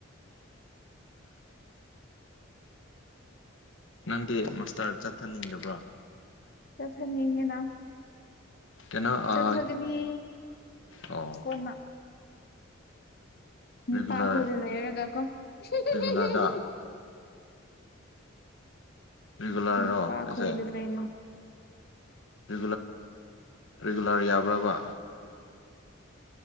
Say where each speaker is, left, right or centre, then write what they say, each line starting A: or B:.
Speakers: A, on the left (about 65°); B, on the left (about 45°).
A: ꯅꯪꯗꯤ ꯃꯁꯇꯥꯔ ꯆꯠꯊꯅꯤꯡꯗꯕ꯭ꯔꯣ
B: ꯆꯠꯊꯟꯅꯤꯡꯉꯤꯅ
A: ꯀꯩꯅꯣ ꯑꯥ
B: ꯆꯠꯊꯒꯅꯤ
A: ꯑꯣ
B: ꯀꯣꯟꯅ ꯅꯨꯄꯥꯈꯣꯏꯗ
A: ꯔꯤꯒꯨꯂꯔ
B: ꯂꯩꯔꯒ ꯀꯣ <unintelligible>
A: ꯔꯤꯒꯨꯂꯔꯗ ꯔꯤꯒꯨꯂꯔꯔꯣ
B: ꯅꯨꯄꯥ
A: ꯍꯥꯏꯁꯦ
B: ꯈꯣꯏꯗ ꯂꯩ
A: ꯔꯤ ꯔꯔꯤꯒꯨꯂꯔ ꯌꯥꯕ꯭ꯔꯕ